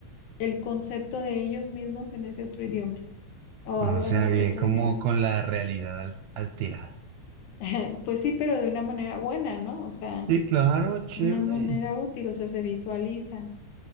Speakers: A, on the left; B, on the right.
A: el concepto de ellos mismos en ese otro idioma. o
B: o
A: hablando
B: sea,
A: ese
B: bien,
A: otro
B: como
A: idioma.
B: con la realidad al- alterada.
A: <laughs> Pues sí, pero de una manera buena, ¿no? O sea,
B: Sí, claro, chévere.
A: una manera útil, o sea, se visualizan.